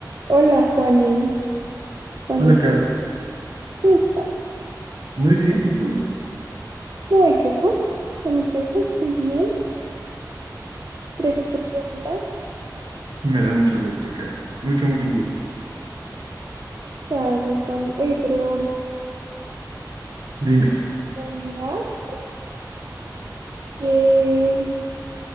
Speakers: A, on the right (about 60°); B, on the right (about 75°).
A: Hola, Juani. Juani,
B: Hola, Kat.
A: ¿cómo estás?
B: Muy bien, ¿y tú?
A: No me quejo, no me quejo, estoy bien. Gracias por preguntar.
B: Me da mucho gusto, Kat. Mucho, mucho gusto.
A: Gracias, Juani. Oye, pero
B: Dime.
A: ¿sabías que el